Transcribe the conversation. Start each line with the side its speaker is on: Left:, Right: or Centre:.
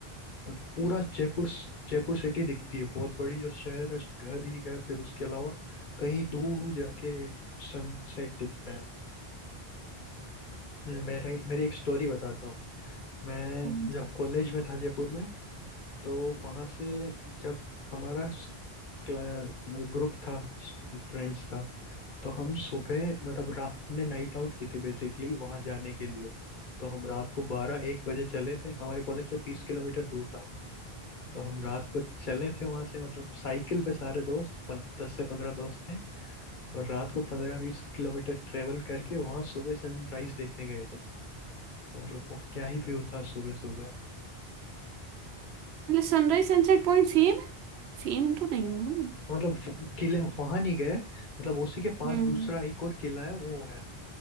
Left: और पूरा जयपुर जयपुर सिटी दिखती है बहुत बड़ी जो शहर है घर ही घर फिर उसके अलावा कहीं दूर जाके सनसेट दिखता है हम्म, मेरा ही- मेरी एक स्टोरी बताता हूँ मैं
Right: वाह
Left: जब कॉलेज में था जयपुर में तो वहाँ से जब हमारा ग्रुप था फ्रेंड्स का तो हम सुबह मतलब रात हमने नाइट आउट की थी बेसिकली वहाँ जाने के लिए तो हम रात को बारह एक बजे चले थे हमारे कॉलेज से बीस किलोमीटर दूर था तो हम रात को चले थे वहाँ से मतलब साइकिल पे सारे दोस्त पन, दस से पंद्रह दोस्त थे और रात को पंद्रह बीस किलोमीटर ट्रेवल करके वहाँ सुबह सनराइज देखने गए थे तो मतलब वो क्या ही व्यू था सुबह सुबह
Right: Sunrise sunset point same same तो नहीं होगा ना
Left: मतलब वो किले वहां नहीं गए मतलब उसी के पास
Right: हम्म
Left: दूसरा एक और किला है वो है